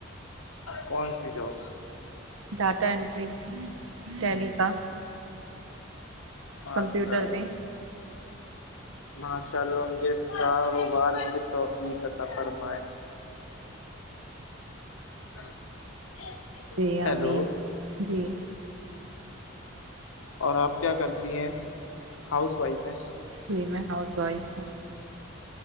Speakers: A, on the left; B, on the right.
A: کون سی جواب
B: ڈاٹا انینٹری ٹیلی کا
A: ماشاء
B: کمپیوٹر
A: اللہ
B: میں
A: ماشاء اللہ کے کاروبار میں توفیعقتا فرمائے <unintelligible>
B: بیامین
A: ہیلو
B: جی
A: اور آپ کیا کرتی ہیں ہاؤس وائف ہے
B: جی میں ہاؤس وائف ہوں